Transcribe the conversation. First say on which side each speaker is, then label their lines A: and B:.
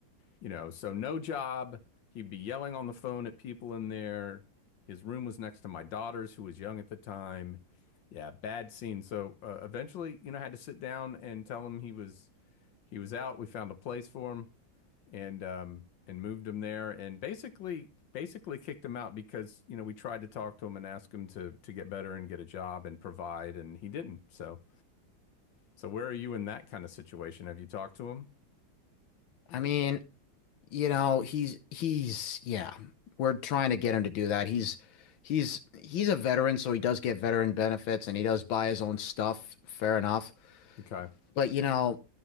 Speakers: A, on the left (about 70°); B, on the left (about 80°).
A: You know, so no job. He'd be yelling on the phone at people in there. His room was next to my daughter's, who was young at the time. Yeah, bad scene. So uh, eventually, you know, I had to sit down and tell him he was he was out. We found a place for him and um and moved him there and basically basically kicked him out because, you know, we tried to talk to him and ask him to to get better and get a job and provide and he didn't. So so where are you in that kind of situation? Have you talked to him?
B: I mean, you know, he's he's yeah, we're trying to get him to do that. He's he's he's a veteran, so he does get veteran benefits and he does buy his own stuff, fair enough.
A: Okay.
B: But you know,